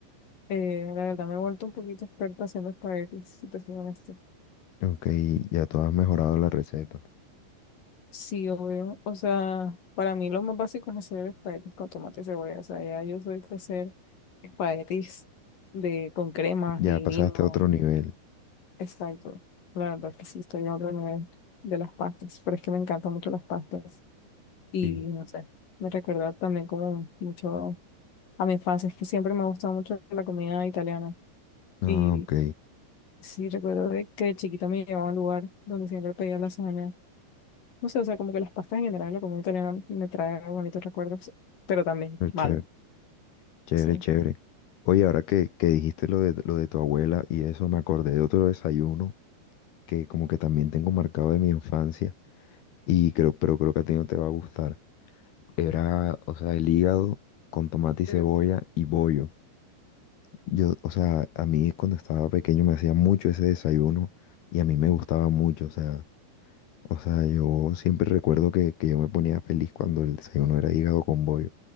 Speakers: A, on the left; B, on the left.
A: Eh, la verdad me he vuelto un poquito experta haciendo espaguetis, si te soy honesta.
B: Ok, ya tú has mejorado la receta.
A: Sí, obvio. O sea, para mí lo más básico es hacer espaguetis con tomate y cebolla. O sea, ya yo soy de hacer espaguetis de, con cremas
B: Ya
A: y
B: pasaste
A: vino.
B: a otro nivel.
A: Exacto. La verdad que sí, estoy a otro nivel de las pastas. Pero es que me encantan mucho las pastas. Y
B: Sí.
A: no sé, me recuerda también como mucho a mi infancia. Es que siempre me ha gustado mucho la comida italiana.
B: Ah,
A: y
B: ok.
A: Sí, recuerdo de que de chiquita me llevaba a un lugar donde siempre pedía lasaña. No sé, o sea, como que las pastas en general, la comida italiana me trae bonitos recuerdos, pero también
B: No,
A: malos.
B: chévere, chévere,
A: Sí. Ujú.
B: chévere. Oye, ahora que, que dijiste lo de, lo de tu abuela y eso, me acordé de otro desayuno que como que también tengo marcado de mi infancia y creo, pero creo que a ti no te va a gustar. Era, o sea, el hígado con tomate y cebolla
A: Mm.
B: y bollo. Yo, o sea, a mí cuando estaba pequeño me hacía mucho ese desayuno y a mí me gustaba mucho, o sea. O sea, yo siempre recuerdo que, que yo me ponía feliz cuando el desayuno era hígado con bollo,